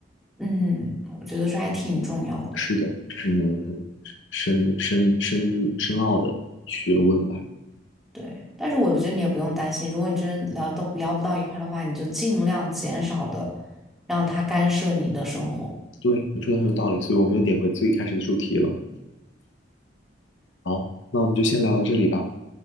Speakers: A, in the centre; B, on the left.
A: 嗯，我觉得这还挺重要的。
B: 是的，这是一门很深深深入深奥的学问吧？
A: 对，但是我觉得你也不用担心，如果你真聊到聊不到一块儿的话，你就尽量减少的让他干涉你的生活。
B: 对，你说的很有道理，所以我们又点回最开始的主题了。好，那我们就先聊到这里吧。